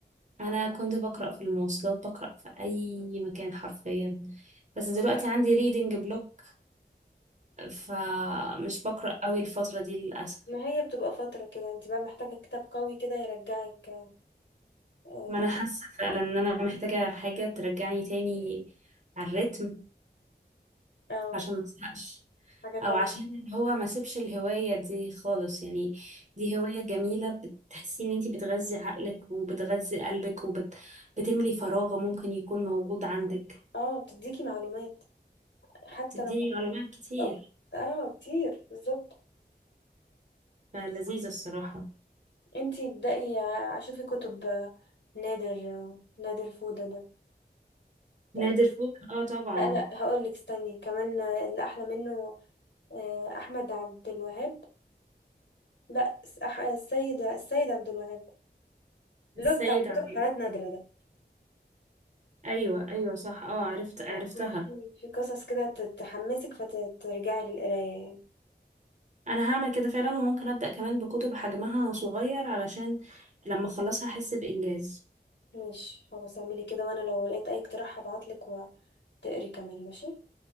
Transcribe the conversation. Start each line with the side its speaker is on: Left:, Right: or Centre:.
Right: أنا كنت بقرأ في المواصلات بقرأ في أي مكان حرفيا بس دلوقتي عندي ريدنج بلوك فمش بقرأ قوي الفترة دي للأسف
Left: ما هي بتبقى فتره كده انتي بقى محتاجه كتاب قوي كده يرجعك اه
Right: ما أنا حاسة فعلا إن أنا محتاجة حاجة ترجعني تاني على الريتم
Left: آه،
Right: عشان ما أزهقش
Left: حاجه
Right: أو
Left: قويه
Right: عشان اللي هو ما سيبش الهواية دي خالص يعني دي هواية جميلة بتحسي إن أنتي بتغذي عقلك وبتغذي قلبك وبتملي فراغ ممكن يكون موجود عندك
Left: اه بتديكي معلومات حتى
Right: تديني
Left: لو
Right: معلومات كتير
Left: اه آه، كتير بالظبط
Right: فلذيذة الصراحة
Left: انتي ابدأي ع- شوفي كتب آه، نادر آه، نادر فودة ده
Right: نادر فوق اه طبعا
Left: لا لا هقول لك استني كمان آه، اللي احلى منه آه، احمد عبد الوهاب لا س- أح- السيد السيد عبد الوهاب
Right: السيد
Left: اللي هو بتاع كتب
Right: عبد
Left: حالات نادرة ده
Right: أيوة أيوة صح اه عرفت عرفتها
Left: آه، في في قصص كده ت- تحمسك فترجعي للقراية يعني
Right: انا هعمل كده فعلا وممكن ابدا كمان بكتب حجمها صغير علشان لما اخلصها احس بانجاز
Left: ماشي خلاص اعملي كده وانا لو لقيت اي اقتراح هبعتلك وتقري كمان ماشي